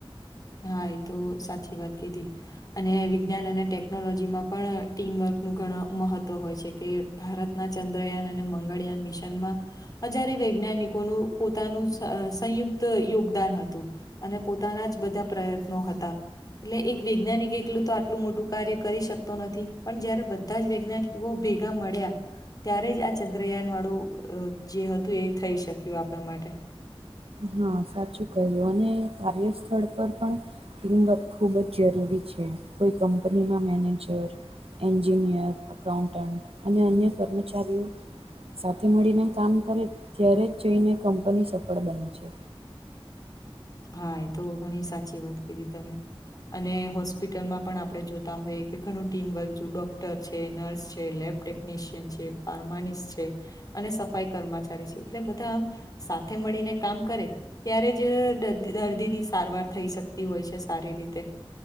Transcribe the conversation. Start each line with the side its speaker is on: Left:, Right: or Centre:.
Left: હા એ તો સાચી વાત કીધી અને વિજ્ઞાન અને ટેકનોલોજી માં પણ ટીમવર્ક નું ઘણ મહત્વ હોય છે કે ભારતના ચંદ્રયાન અને મંગળયાન મિશનમાં અજ્યારે વૈજ્ઞાનિકોનું પોતાનું સંયુક્ત યોગદાન હતું અને પોતાના જ બધા પ્રયત્નો હતા એટલે એક વૈજ્ઞાનિક એકલું તો આટલું મોટું કાર્ય કરી શકતો નથી પણ જયારે બધા જ વૈજ્ઞાન કે બહ ભેગા મળ્યા ત્યારે જ આ ચંદ્રયાન વાળું જે હતું એ થઈ શક્યું આપણા માટે
Right: હા સાચું કહ્યું અને કાર્યસ્થળ પર પણ ટીમવર્ક ખૂબ જ જરૂરી છે કોઈ કંપનીના મેનેજર એન્જિનિયર અકાઉન્ટન્ટ અને અન્ય કર્મચારીઓ સાથે મળીને કામ કરે ત્યારે જ જઈને કંપની સફળ બન છે
Left: હા એ તો ઘણી સાચી વાત કીધી તમે અને હોસ્પિટલમાં પણ આપણે જોતા હોઈએ કે ઘણું ટીમવર્ક જો ડોક્ટર છે નર્સ છે લેબટેક ટેકનીશિયન છે ફાર્માનિસ્ટ છે અને સફાઈ કર્મચારી છે એટલે બધા આમ સાથે મળીને કામ કરે ત્યારે જ દર્દી ની સારવાર થઈ શકતી હોય છે સારી રીતે